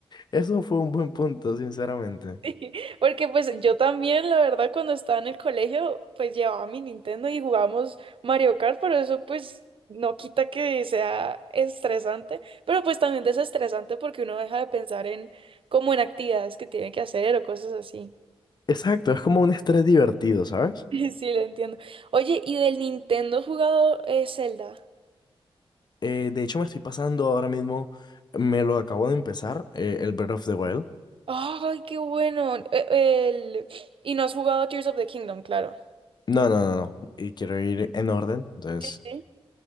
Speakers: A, on the left; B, on the right.
A: eso fue un buen punto, sinceramente.
B: Sí, porque pues yo también, la verdad, cuando estaba en el colegio, pues llevaba mi Nintendo y jugábamos Mario Kart, pero eso pues no quita que sea estresante, pero pues también desestresante porque uno deja de pensar en como en actividades que tiene que hacer o cosas así. <laughs>
A: Exacto, es como un estrés divertido, ¿sabes?
B: Sí, lo entiendo. Oye, ¿y del Nintendo has jugado eh, Zelda?
A: Eh, de hecho, me estoy pasando ahora mismo, me lo acabo de empezar, eh, el Breath of the Wild.
B: Ay, qué bueno. E- el- Y no has jugado Tears of the Kingdom, claro.
A: No, no, no, no, y quiero ir en orden, entonces...
B: Sí, sí.